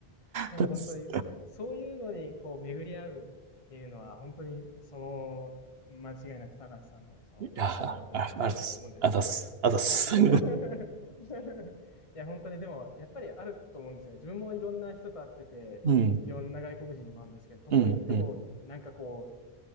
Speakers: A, on the left; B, on the right.
A: でも本当にそそういうのにこう巡り合うっていうのは本当にその間違いなく高橋さんのそのお人柄とかもあると思うんですよね。
B: だっすいや、あ、あ、あざっす、あざっす、あざっす。
A: <laughs>
B: <laughs> う
A: いや本当にでもやっぱりあると思うんですよね。自分もいろんな人と会ってていろんな外国人にも会うんですけどどこ行ってもなんかこう
B: ん、うん、うん、うん、